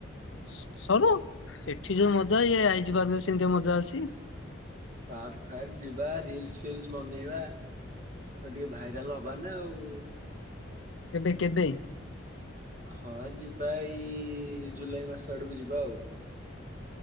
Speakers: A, on the left (about 75°); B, on the right (about 40°).
A: ସ-ସରୁ ସେଠି ଯୋଉ ମଜା ଏ ଆଇଜି ପାର୍କରେ ସେମିତିଆ ମଜା ଅଛି?
B: ପାର୍କ ଫାର୍କ ଯିବା ରିଲସ ଫିଲ୍ସ ବନେଇବା ଟିକେ ଭାଇରାଲ ହବାନା ଆଉ।
A: କେବେ କେବେ?
B: ହଁ ଯିବା ଏଇ ଜୁଲାଇ ମାସ ଆଡୁକୁ ଯିବା ଆଉ।